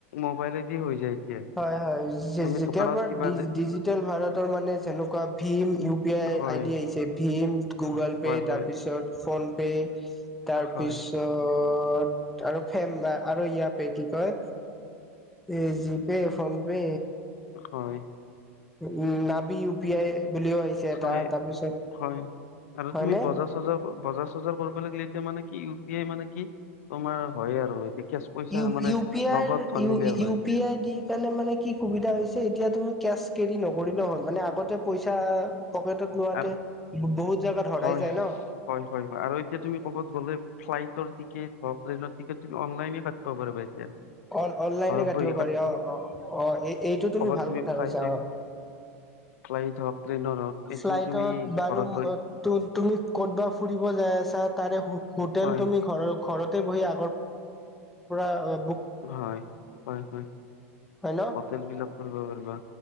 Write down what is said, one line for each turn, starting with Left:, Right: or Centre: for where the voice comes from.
Left: মোবাইলেদি হৈ যায় এতিয়া
Centre: হয়', হয',
Left: তুমি
Centre: যেতিয়াৰ
Left: দোকানত
Centre: পৰা
Left: কিবা যে
Centre: ডিজিটেল ভাৰতৰ মানে যেনেকুৱা ভিম ইউ পি আই
Left: হয়
Centre: আই ডি আহিছে ভীম গুগল
Left: হয় হয়
Centre: পে'
Left: হয়
Centre: তাৰপিছত। PhonePe. তাৰ
Left: হয়
Centre: পিছত অ আৰু ফেন আৰু ইয়াতে কি কয়। এই যি পে ফোন পে।
Left: হয়
Centre: উম নাবি ইউ পি আই বুলিও আহিছে এটা
Left: হয়',
Centre: তাৰপিছত
Left: হয', আৰু
Centre: হয়নে
Left: তুমি বজাৰ চজাৰ বজাৰ চজাৰ কৰিব লাগিলে এতিয়া মানে কি এমানে কি তোমাৰ হয় আৰু এতিয়া কেচ পইচা
Centre: ইউ
Left: মানে
Centre: পি
Left: নগদ
Centre: আই
Left: ধন দিলে
Centre: ইউ
Left: হয়
Centre: পি আই দি কাৰণে মানে কি সুবিধা হৈছে এতিয়া তুমি কেচ কেৰি নকৰিলেও হ'ল মানে আগতে পইচা পকেটত লোৱাতে
Left: আৰু
Centre: বহুত জেগাত হেৰাই
Left: হয়
Centre: যায় ন।
Left: হয় হয় হয় আৰু এতিয়া তুমি ক'বাত গ'লে ফ্লাইটৰ টিকেট হক ট্ৰেইনৰ টিকেট তুমি অনলাইননে কাট ব পাৰব এতিয়া।
Centre: অ', অনলাইনে
Left: ঘৰত
Centre: কাটিব
Left: বহি
Centre: পাৰি অ', অ', অ', এই এইটো
Left: ক'বাত
Centre: তুমি ভাল কথা
Left: ফ্লাইটৰ
Centre: কৈছা অ।
Left: ফ্লাইট হওক ট্ৰেইনৰ হওক এইটো
Centre: ফ্লাইটত
Left: তুমি
Centre: বাৰু
Left: ঘৰত বহি
Centre: তুমি ক'তবা ফুৰিব যায় চা তাৰে হোটেল
Left: হয়
Centre: তুমি ঘৰৰ ঘৰতে বহি আগৰ পৰা অলপ
Left: হয়, হয় হয়
Centre: হয় ন
Left: হোটেল বিলাক কৰিব পাৰিবা